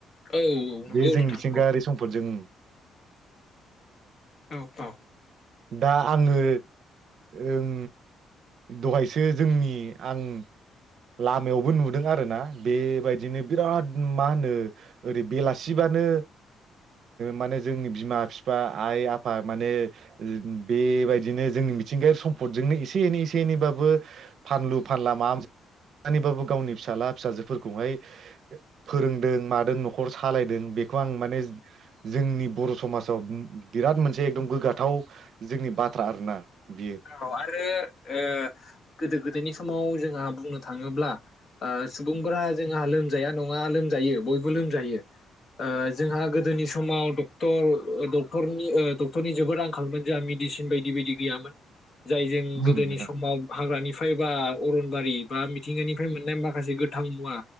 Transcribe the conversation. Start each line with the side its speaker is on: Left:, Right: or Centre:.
Left: औ नंगौ
Right: बे जों
Left: नोंथां
Right: मिथिंगायारि
Left: नंगौ
Right: सम्पदजों
Left: औ औ।
Right: दा आङो ओम दहायसो जोंनि आं लामायावबो नुदों आरोना बेबायदिनो बिराद मा होनो ओरै बेलासिबानो माने जोंनि बिमा बिफा आइ आफा माने बेबायदिनो जोंनि मिथिंगायारि सम्फदजोंनो एसे एनै एसे एनैबाबो फानलु फानला माबा मानैबाबो गावनि फिसााजला फिसाजोफोरखौहाय फोरोंदों मादों न'खर सालायदों बेखौ आं माने जोंनि बर' समाजाव बिराद मोनसे एकदम <unintelligible> <unintelligible> जोंनि बाथ्रा आरोना। बियो।
Left: औ आरो ओ गोदो गोदायनि आसामाव जोंहा बुंनो थाङोब्ला ओ सुबुंफोरा जोंहा लोमजाया नङा लोमजायो बयबो लोमजायो। ओ जोंहा <unintelligible> गोदोनि समाव डक्टर- डक- डक्टरनि जोबोद आंखालमोन जोंहा मेडिसिन बायदि बायदि गैयामोन। जाय जों
Right: उम
Left: गोदोनि समाव हाग्रानि फायबा अरनबारि बा मिथिंगानिफ्राय मोननाय मा माखासे गोथां मुवा